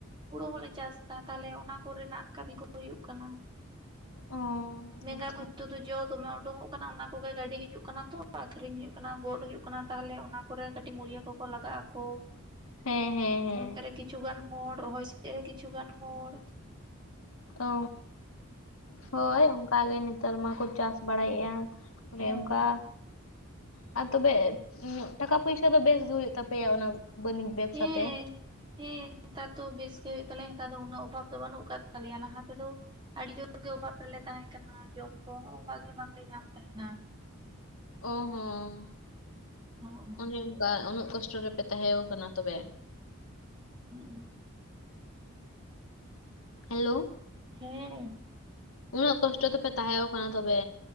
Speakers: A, on the right; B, on the left.
A: ᱦᱳᱲᱳ ᱦᱚᱞᱮ ᱪᱟᱥ ᱛᱟ ᱛᱟᱦᱞᱮ ᱚᱱᱟ ᱠᱚᱨᱮᱱᱟᱜ ᱠᱟᱹᱢᱤ ᱠᱚ ᱦᱳᱭᱳᱜ ᱠᱟᱱᱟ
B: ᱚ
A: ᱢᱮᱸᱜᱟ
B: ᱟᱪᱪᱷᱟ
A: <unintelligible> ᱠᱚ ᱛᱚᱫᱚ <unintelligible> ᱫᱚᱢᱮ ᱳᱰᱳᱧᱚᱜ ᱦᱳᱭᱳᱜ ᱠᱟᱱᱟ ᱚᱱᱟ ᱠᱚᱜᱮ ᱜᱟᱹᱰᱤ ᱦᱤᱡᱩᱜ ᱠᱟᱱᱟ ᱛᱚ ᱟᱠᱷᱨᱤᱧ ᱦᱳᱭᱳᱜ ᱠᱟᱱᱟ ᱜᱚᱫ ᱦᱳᱭᱤᱜ ᱠᱟᱱᱟ ᱛᱟᱦᱚᱞᱮ ᱚᱱᱟ ᱠᱚᱨᱮ ᱠᱟᱹᱴᱤᱡ ᱢᱩᱞᱤᱭᱟᱹ ᱠᱚᱠᱚ ᱞᱟᱜᱟᱜ ᱟᱠᱚ
B: ᱦᱮᱸ ᱦᱮᱸ ᱦᱮᱸ
A: ᱚᱱᱛᱮ ᱨᱮ ᱠᱤᱪᱷᱩ ᱜᱟᱱ ᱦᱚᱲ ᱨᱚᱦᱚᱭ ᱥᱮᱜ ᱨᱮ ᱠᱤᱪᱷᱩ ᱜᱟᱱ ᱦᱚᱲ
B: ᱚ ᱦᱳᱭ ᱚᱱᱠᱟ ᱜᱮ ᱱᱮᱛᱟᱨ ᱢᱟᱠᱚ ᱪᱟᱥ ᱵᱟᱲᱟᱭᱮᱜᱼᱟ ᱚᱱᱮ
A: ᱦᱳᱭ
B: ᱚᱝᱠᱟ ᱟᱨ ᱛᱚᱵᱮ ᱴᱟᱠᱟ ᱯᱩᱭᱥᱟ ᱫᱚ ᱵᱮᱥᱜᱮ ᱦᱩᱭᱩᱜ ᱛᱟᱯᱮᱭᱟ ᱚᱱᱟ ᱵᱟᱹᱱᱤᱡᱽ ᱵᱮᱵᱽᱥᱟ
A: ᱦᱮᱸ
B: ᱛᱮ?
A: ᱦᱮᱸ ᱱᱮᱛᱟᱨ ᱫᱚ ᱵᱮᱥ ᱜᱮ ᱦᱳᱭᱳᱜ ᱛᱟᱞᱮᱭᱟ ᱦᱮᱸᱛᱟᱨ ᱫᱚ ᱩᱱᱟᱹᱜ ᱚᱵᱷᱟᱵᱽ ᱫᱚ ᱵᱟᱹᱱᱩᱜ ᱟᱠᱟᱫ ᱛᱟᱞᱮᱭᱟ ᱞᱟᱦᱟ ᱛᱮᱫᱚ ᱟᱹᱰᱤ ᱡᱳᱨ ᱜᱮ ᱚᱵᱷᱟᱵᱽ ᱨᱮᱞᱮ ᱛᱟᱦᱮᱸ ᱠᱟᱱᱟ ᱡᱚᱢ ᱠᱚᱦᱚᱸ ᱵᱷᱟᱜᱮ ᱵᱟᱝᱞᱮ ᱧᱟᱢ ᱛᱟᱦᱮᱱᱟ
B: ᱳ ᱦᱚᱸ
A: ᱦᱚ <inaudible>
B: ᱚᱱᱮ ᱚᱱᱠᱟ ᱩᱱᱟᱹᱜ ᱠᱚᱥᱴᱚ ᱨᱮᱯᱮ ᱛᱟᱦᱮᱸᱭᱚ ᱠᱟᱱᱟ ᱛᱚᱵᱮ
A: ᱦᱩᱸ
B: ᱦᱮᱞᱳ
A: ᱦᱮᱸ
B: ᱩᱱᱟᱹᱜ ᱠᱚᱥᱴᱚ ᱛᱮᱯᱮ ᱛᱟᱦᱮᱸᱣᱚ ᱠᱟᱱᱟ ᱛᱚᱵᱮ